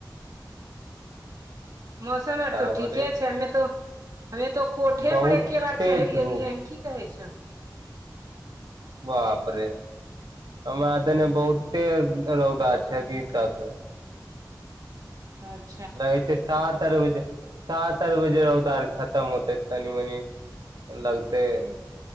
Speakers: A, on the right; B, on the right.
A: मौसम आर
B: टावरे
A: तो ठीके छै हमे तो हमे तो कोठे
B: बहुते
A: पर एके बार चढ़ि
B: धूप
A: गेलियै की कहे छौ
B: बापरे हमरा देने बहुते रौदा छै अभी तक
A: अच्छा
B: लगै छै साँझ आर बजे सात आर बजे रौदार खतम होतै तनी मनि लगते
A: ठीके छै।